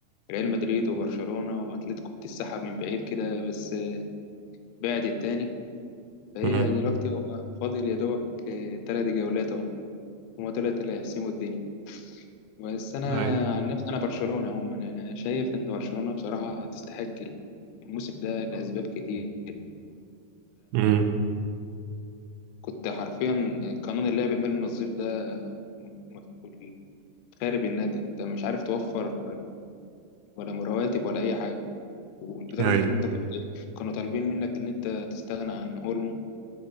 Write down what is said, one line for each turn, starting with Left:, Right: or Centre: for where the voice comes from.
Left: ريال مدريد وبرشلونة وأتلتيكو بتسحب من بعيد كده بس آه، بعد التاني فهي
Right: امم
Left: دلوقتي هو فاضل يا دوبك آه، تلات جولات أهو هما دولت اللي هيحسموا الدنيا بس أنا
Right: اي
Left: عن نفسي أنا برشلونة عموما أنا شايف إن برشلونة بصراحة تستحق الموسم ده لأسباب كتير
Right: امم
Left: كنت حرفيا قانون اللعب المالي النظيف ده مكتوب- خارب النادي انت مش عارف توفر ولا رواتب ولا اي حاجه ولدرجه
Right: اي
Left: ان انت كنت كانوا طالبين منك ان انت تستغنى عن اولمو